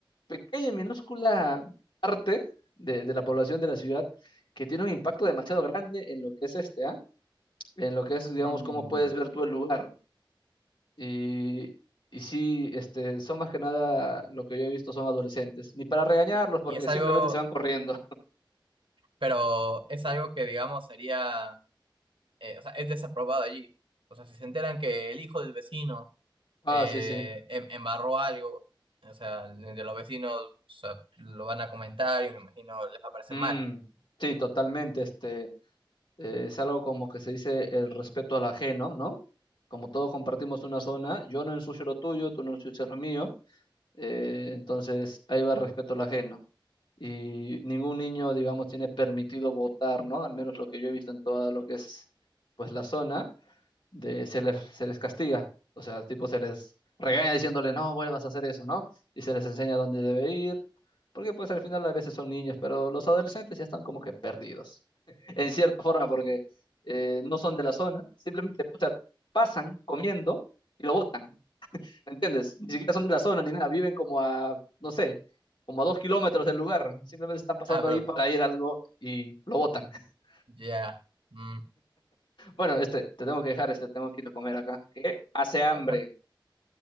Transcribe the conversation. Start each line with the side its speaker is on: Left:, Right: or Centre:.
Left: pequeña y minúscula parte de, de la población de la ciudad que tiene un impacto demasiado grande en lo que es este, ¿ah? En lo que es, digamos,
Right: Mm,
Left: cómo puedes ver tú el lugar. Y, y sí, este, son más que nada lo que yo he visto son adolescentes. Ni para regañarlos,
Right: Y,
Left: porque
Right: y es
Left: simplemente
Right: algo,
Left: se van corriendo.
Right: pero es algo que, digamos, sería, eh, o sea, es desaprobado allí. O sea, si se enteran que el hijo del vecino
Left: Ah,
Right: eh,
Left: sí, sí.
Right: em- embarró algo, o sea, de los vecinos o sea, lo van a comentar y me imagino les va a parecer
Left: Mm,
Right: mal.
Left: sí, totalmente. Este, eh, es algo como que se dice el respeto al ajeno, ¿no? ¿No? Como todos compartimos una zona, yo no ensucio lo tuyo, tú no ensucias lo mío, eh, entonces ahí va el respeto al ajeno. Y ningún niño, digamos, tiene permitido votar, ¿no? Al menos lo que yo he visto en toda lo que es, pues, la zona. de se les, se les castiga, o sea, tipo se les regaña diciéndole, no vuelvas a hacer eso, ¿no? Y se les enseña dónde debe ir, porque pues al final a veces son niños, pero los adolescentes ya están como que perdidos, en cierta forma, porque eh, no son de la zona, simplemente o sea, pasan comiendo y lo botan, ¿me entiendes? Ni siquiera son de la zona ni nada, viven como a, no sé, como a dos kilómetros del lugar, simplemente están pasando
Right: Ah, pero
Left: ahí para ir a algo y lo botan. <laughs>
Right: ya, mm,
Left: Bueno, este, te tengo que dejar, este, tengo que ir a comer acá, que hace hambre.
Right: ya me-